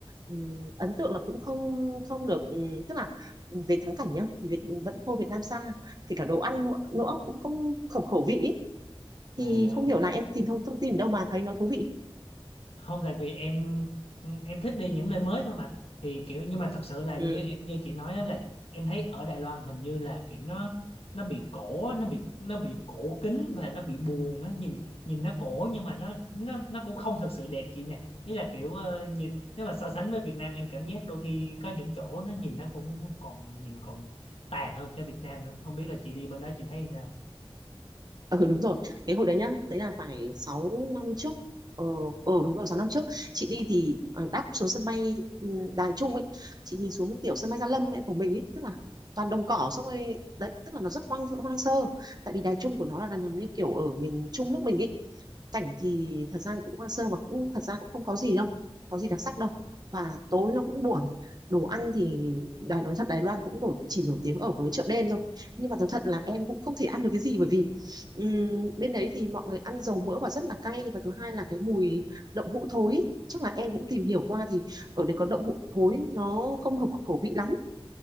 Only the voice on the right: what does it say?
ừm, ấn tượng là cũng không không được ừm, tức là về thắng cảnh nhá thì Việt, vẫn thua Việt Nam xa kể cả đồ ăn nữa cũng không khẩu khẩu vị ý.
thì không hiểu là em tìm thông thông tin đâu mà thấy nó thú vị
ừ
ừ đúng rồi cái hồi đấy nhá đấy là phải 6 năm trước ờ ờ đúng rồi 6 năm trước chị đi thì ờ, đáp xuống sân bay ừ, Đài Trung ấy chị nhìn xuống cái kiểu sân bay Gia Lâm ấy của mình ấy tức là toàn đồng cỏ xong rồi đấy tức là nó rất hoang hoang sơ tại vì Đài Trung của nó là nằm như kiểu ở miền Trung nước mình ấy cảnh thì thật ra thì cũng hoang sơ và cũng thật ra cũng không có gì đâu có gì đặc sắc đâu và tối nó cũng buồn đồ ăn thì Đài nói thật Đài Loan cũng nổi chỉ nổi tiếng ở với chợ đêm thôi nhưng mà thật thật là em cũng không thể ăn được cái gì bởi vì ừm, bên đấy thì mọi người ăn dầu mỡ và rất là cay và thứ hai là cái mùi đậu hũ thối ý. chắc là em cũng tìm hiểu qua thì ở đây có đậu hũ thối nó không hợp khẩu vị lắm